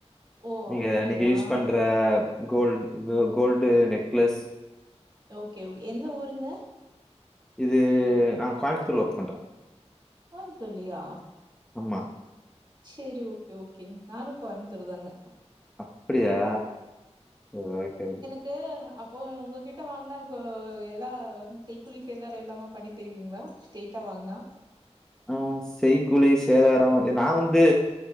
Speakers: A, on the right; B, in the centre.
A: ஓ!
B: நீங்க
A: அப்படியா?
B: இன்னக்கி யூஸ் பண்ற கோல்ட் க கோல்டு நெக்லஸ்
A: ஓகே ஓகே எந்த ஊருங்க
B: இது நாங் கோயம்த்தூர்ல ஒர்க் பண்றே
A: கோயம்த்தூர்லயா
B: ஆமா
A: சேரி ஓகே ஓகேங் நானு கோயம்த்தூருதாங்க
B: அப்டியா சேர் ஓகே ஓகே
A: டு அப்போ உ உங்ககிட்ட வாங்னா ப எல்லா அந்த செய்கூலி சேதாரோ இல்லாம பண்ணி தருவீங்ளா ஸ்டெய்ட்டா வாங்னா
B: ம் செய்கூலி சேதாரோ இல் நா வந்து